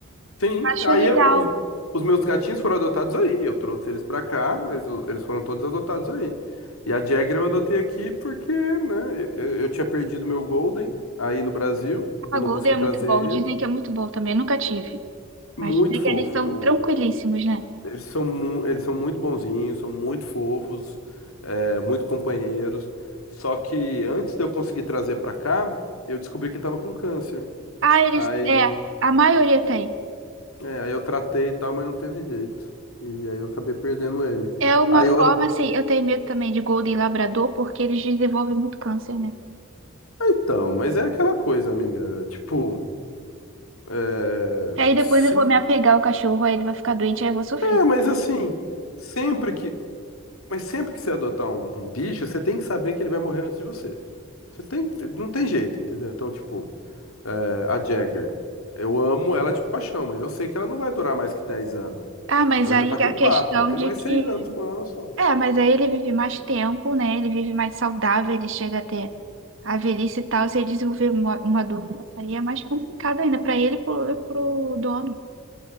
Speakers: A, on the left; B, on the right.
A: Sim,
B: Acho
A: aí
B: legal.
A: eu- os, os meus gatinhos foram adotados aí. Eu trouxe eles pra cá, mas o- eles foram todos adotados aí. E a Jagger eu adotei aqui porque, né, eu, eu tinha perdido meu Golden aí no Brasil.
B: A
A: Eu não
B: Golden
A: consegui
B: é muito
A: trazer
B: bom.
A: ele.
B: Dizem que é muito bom também. Nunca tive. Mas
A: Muito
B: dizem
A: fofo.
B: que eles são
A: Eu-
B: tranquilíssimos, né?
A: eles são, mu- eles são muito bonzinhos, são muito fofos, é, muito companheiros. Só que antes de eu conseguir trazer pra cá, eu descobri que ele tava com câncer.
B: Ah, eles.
A: Aí.
B: É, a maioria tem.
A: É, aí eu tratei e tal, mas não teve jeito. E aí eu acabei perdendo ele.
B: É uma
A: Aí eu.
B: forma, assim, eu tenho medo também de Golden Labrador, porque eles desenvolvem muito câncer, né?
A: Ah, Então, mas é aquela coisa, amiga. Tipo, é.
B: Aí depois
A: Se...
B: eu vou me apegar ao cachorro, aí ele vai ficar doente, aí eu vou sofrer.
A: É, mas assim, sempre que. Mas sempre que você adotar um, um bicho, você tem que saber que ele vai morrer antes de você. Você tem. Não tem jeito, entendeu? Então, tipo, é, a Jagger. Eu amo ela de paixão, mas eu sei que ela não vai durar mais que 10 anos.
B: Ah, mas
A: Ela
B: aí
A: já tá com
B: a questão
A: 4. Eu tenho
B: de
A: mais
B: que.
A: 6 anos com ela só.
B: É, mas aí ele vive mais tempo, né? Ele vive mais saudável, ele chega até a velhice e tal. Se ele desenvolver uma, uma doença, aí é mais complicado ainda pra ele e pro, pro dono.